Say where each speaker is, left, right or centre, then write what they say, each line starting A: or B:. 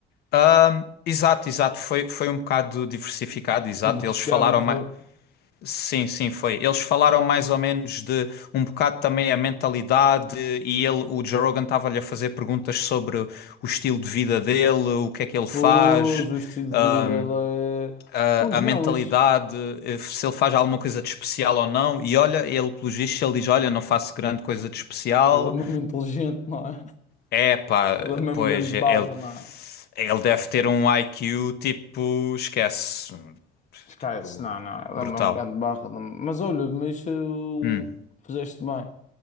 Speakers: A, on the left (about 70°); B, on the left (about 45°).
A: Ahm, exato, exato. Foi, foi um bocado diversificado, exato.
B: Foi diversificado,
A: Eles falaram
B: não foi?
A: mais. Sim, sim, foi. Eles falaram mais ou menos de um bocado também a mentalidade e ele, o Joe Rogan estava-lhe a fazer perguntas sobre o estilo de vida dele, o que é que ele faz,
B: Pois, o estilo
A: ah,
B: de vida dele é.
A: a,
B: Pois não,
A: a mentalidade,
B: isso.
A: eh, se ele faz alguma coisa de especial ou não. E olha, ele, pelos vistos, ele diz, olha, não faço grande coisa de especial.
B: Ele é mesmo inteligente, não é?
A: É pá,
B: Ele é mesmo
A: pois,
B: grande barra,
A: ele,
B: não é?
A: ele deve ter um I Q tipo, esquece,
B: Esquece,
A: tipo,
B: não, não, ela
A: brutal.
B: é uma grande barra. não- Mas olha, mas eh, o
A: Hum,
B: fizeste bem.